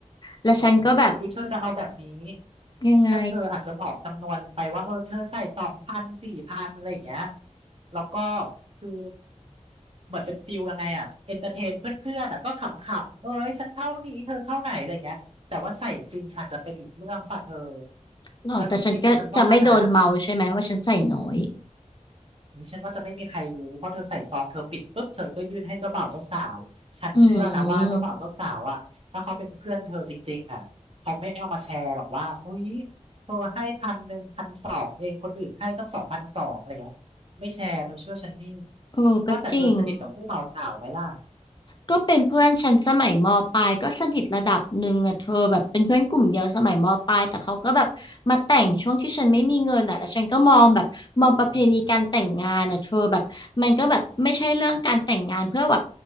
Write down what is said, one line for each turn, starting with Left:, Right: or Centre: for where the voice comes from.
Left: แล้วฉันก็แบบ
Right: เออหรือเธอจะเอาแบบนี้
Left: ยังไง
Right: ถ้าเธออาจจะบอกจำนวนไปว่าเออเธอใส่สองพันสี่พันอะไรอย่างเงี้ยแล้วก็คือเหมือนเป็นฟิลยังไงอ่ะ เอนเตอร์เทนเพื่อนๆอ่ะก็ขำๆเอ้ยฉันเท่านี้เธอเท่าไหนอะไรเงี้ยแต่ว่าใส่จริงอาจจะเป็นอีกเรื่องป่ะเธอ
Left: หรอแต่ฉันก็จะไม่โดนเมาใช่ไหมว่าฉันใส่น้อย
Right: แล้วจริงๆฉันว่านะ อุ๊ยฉันว่าจะไม่มีใครรู้เพราะเธอใส่ซองเธอปิดปุ๊บเธอก็ยื่นให้เจ้าบ่าวเจ้าสาวฉันเชื่อนะว่าเจ้าบ่าวเจ้าสาวอ่ะถ้าเขาเป็นเพื่อนเธอจริงๆอ่ะเขาไม่เอามาแชร์หรอกว่าเฮ้ย
Left: อืม
Right: เธอให้พันหนึ่งพันสองเองคนอื่นให้ตั้งสองพันสองอะไรเงี้ยไม่แชร์เธอเชื่อฉันนี่
Left: เออก็จริง
Right: ว่าแต่เธอสนิทกับคู่บ่าวสาวไหมล่ะ
Left: ก็เป็นเพื่อนฉันสมัยมปลายก็สนิทระดับหนึ่งอะเธอแบบเป็นเพื่อนกลุ่มเดียวสมัยมปลายแต่เขาก็แบบมาแต่งช่วงที่ฉันไม่มีเงินอะแล้วฉันก็มองแบบมองประเพณีการแต่งงานอะเธอแบบมันก็แบบไม่ใช่เรื่องการแต่งงานเพื่อแบบ
Right: โอ้โห